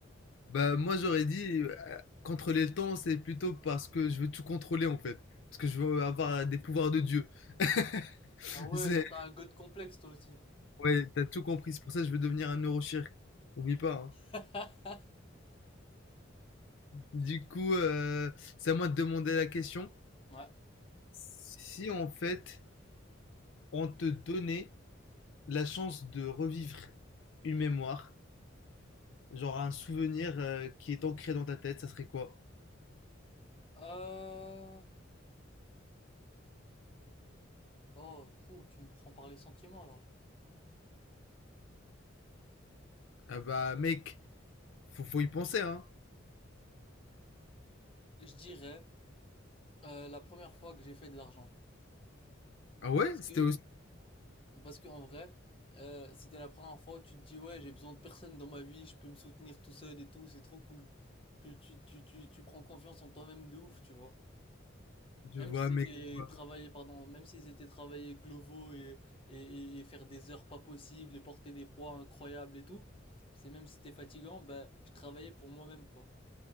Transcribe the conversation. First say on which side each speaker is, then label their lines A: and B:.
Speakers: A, on the left; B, on the left.
A: Bah moi j'aurais dit euh, contrôler le temps c'est plutôt parce que je veux tout contrôler en fait. Parce que je veux avoir des pouvoirs de Dieu. <laughs>
B: Ah ouais,
A: C'est,
B: toi t'as un god complexe toi aussi.
A: ouais, t'as tout compris. C'est pour ça que je veux devenir un neurochirurgien. Oublie pas. hein.
B: <laughs>
A: Du coup, euh, c'est à moi de demander la question.
B: Ouais.
A: Si en fait on te donnait la chance de revivre une mémoire, genre un souvenir euh, qui est ancré dans ta tête, ça serait quoi?
B: Euh... Oh, fou, tu me prends par les sentiments là.
A: Ah bah mec, faut, faut y penser hein.
B: Je dirais euh, la première fois que j'ai fait de l'argent.
A: Ah ouais,
B: Parce que,
A: c'était aussi.
B: parce que en vrai, euh, c'était la première fois où tu te dis, ouais, j'ai besoin de personne dans ma vie, je peux me soutenir tout seul et tout, c'est trop cool. Tu, tu, tu, tu, tu prends confiance en toi-même de ouf, tu vois.
A: Je
B: Même
A: vois
B: si c'était
A: mec, je vois.
B: travailler, pardon, même si c'était travailler glovo et, et, et faire des heures pas possibles et porter des poids incroyables et tout, c'est même si c'était fatigant, ben, je travaillais pour moi-même, quoi.